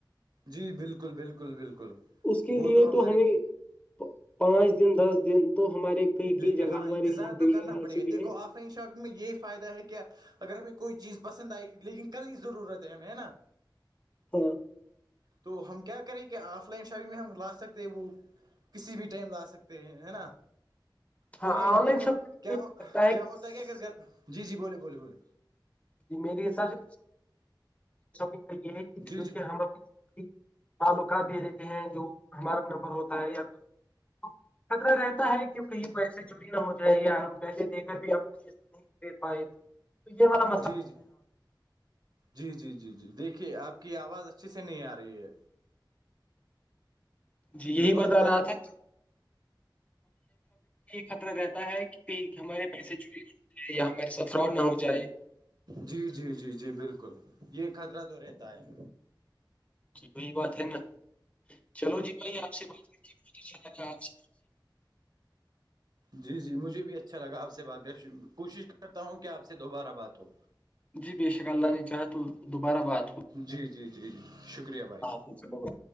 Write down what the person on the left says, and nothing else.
اس کے
لیے
تو ہمیں پانچ دن دس دن تو ہمارے کئی کئی
جگہ
ہمارے
یہاں
بھی
ہے ایسی
بھی
ہے
ہاں
ہاں
آن
لائن شاپنگ
لگتا ہے
کہ
ج میرے حساب سے شق یہ ہے کہ
کیونکہ
ہم اپنی تعلقات دے دیتے ہیں جو ہمارا نمبر ہوتا ہے یا کچ خطر رہتا ہے کہ کہیں پیسے چوری نہ ہو جائے یا ہم پیسے دے کر بھی ہم چز نہیں د پائے تھے تو یہ مطلب
جی
یہی
بتا
رہا
تھا خطرہ رہتا ہے کہ ہمارے پیسے جوڑے ج یا ہمارے ساتھ فراڈ نہ ہو جائے
جی وہی بات ہے نا چلو جی بھائی آپ سے بات
جی بے شکار اللہ نہیں چاہا تو دوبارہ بات ہو
چو